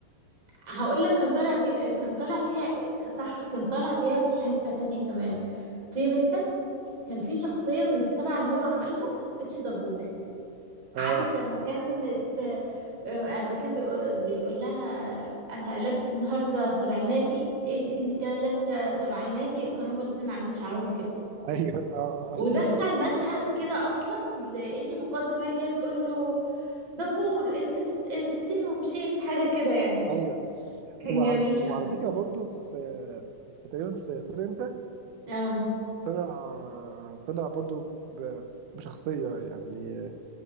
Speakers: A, on the right; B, on the right.
A: هقول لك كان طالع بي... كان طالع فيها صح كان طالع بيها في حتة تانية كمان طير انت كان في شخصية من السبعة اللي هو عملهم اتش دبور
B: اه
A: عارف لما كان الت... لما كان بيقول... بيقول لها انا لابس النهارده سبعيناتي ايه دي كنت كمان لابسه سبعيناتي وكانوا هما الاتنين عاملين شعرهم كده
B: ايوه اه اه
A: ودخل مشهد كده اصلا لانجي مقدم وهي جايه بتقول له دبور انت سبت... آه، سبتني ومشيت حاجة كده يعني
B: <laughs> ايوه
A: كان
B: وعلى
A: جميل قوي
B: وعلى فكره برضو في في تقريبا في طير انت
A: اه
B: طلع طلع برضو ب... بشخصية يعني